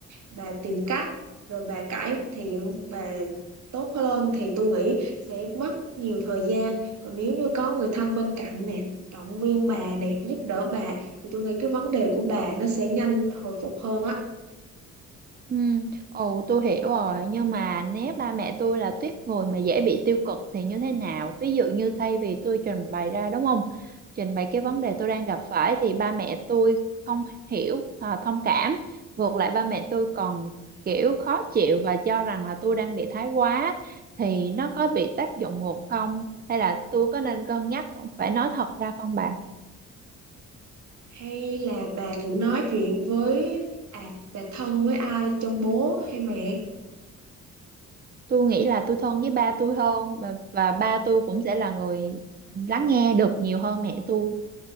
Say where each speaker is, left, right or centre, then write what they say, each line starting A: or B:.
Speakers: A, on the right; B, on the right.
A: bà tìm cách rồi bà cải thiện bà tốt lên thì tôi nghĩ sẽ mất nhiều thời gian còn nếu như có người thân
B: ừ
A: bên cạnh nè động viên bà
B: ừ.
A: này giúp đỡ bà thì tôi nghĩ cái vấn đề của bà nó sẽ nhanh hồi phục hơn á
B: Ừ, ồ tôi hiểu rồi nhưng mà nếu ba mẹ tôi là tuýp người mà dễ bị tiêu cực thì như thế nào? Ví dụ như thay vì tôi trình bày ra đúng không? Trình bày cái
A: ừ.
B: vấn đề tôi đang gặp phải thì ba mẹ tôi không hiểu, à, thông cảm, ngược lại ba mẹ tôi còn kiểu khó chịu và cho rằng là tôi đang bị thái quá thì nó có bị tác dụng ngược không? Hay là tôi có nên cân nhắc phải nói thật ra không bà?
A: hay là bà thử nói chuyện với à bà thân với ai trong bố hay mẹ
B: tôi nghĩ là tôi thân với ba tôi hơn và, và ba tôi cũng sẽ là người lắng nghe được nhiều hơn mẹ tôi